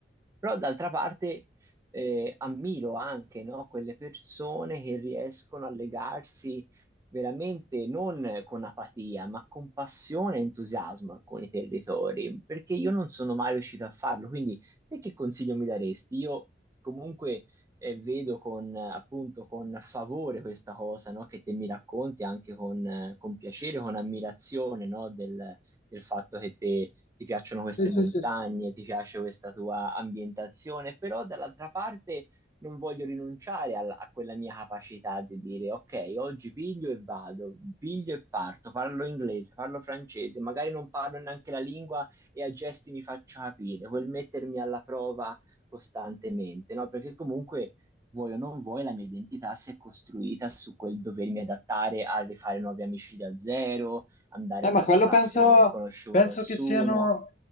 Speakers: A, on the right; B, on the left.
A: Però d'altra parte eh, ammiro anche, no, quelle persone che riescono a legarsi veramente non con apatia, ma con passione e entusiasmo a alcuni territori, perché io non sono mai riuscito a farlo. Quindi, te che consiglio mi daresti? Io comunque eh, vedo con, eh, appunto, con favore questa cosa, no, che te mi racconti anche con, eh, con piacere, con ammirazione, no, del, del fatto che te ti piacciono queste
B: sì, sì,
A: montagne,
B: sì.
A: ti piace questa tua ambientazione, però dall'altra parte non voglio rinunciare alla- a, quella mia capacità di dire ok, oggi piglio e vado, piglio e parto, parlo inglese, parlo francese, magari non parlo neanche la lingua e a gesti mi faccio capire, quel mettermi alla prova costantemente, no? Perché comunque vuoi o non vuoi, la mia identità si è costruita su quel dovermi adattare a rifare nuovi amici da zero, andare
B: Eh,
A: in
B: ma
A: una
B: quello
A: classe
B: penso,
A: dove non conoscevo
B: penso
A: nessuno.
B: che siano